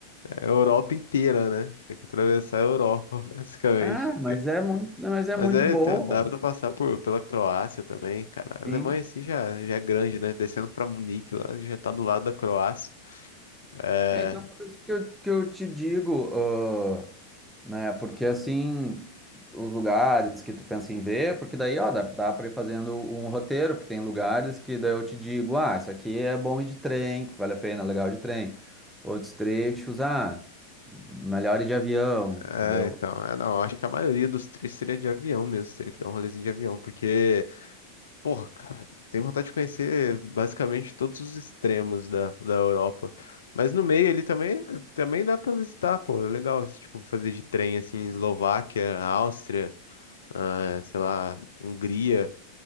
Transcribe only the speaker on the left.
é a Europa inteira, né? Tem que atravessar a Europa, <laughs> basicamente.
Mas
é,
tá- dá pra passar por, pela Croácia também, cara. A
Alemanha assim já, já é grande, né? Descendo pra Munique lá, já tá do lado da Croácia. É,
é,
então, é, não, acho que a maioria dos três seria de avião mesmo, teria que dar um rolezinho de avião, porque, porra, cara, tenho vontade de conhecer basicamente todos os extremos da, da Europa. Mas no meio ali também, também dá pra visitar, pô, é legal, esse tipo, fazer de trem, assim, Eslováquia, Áustria, ah, sei lá, Hungria.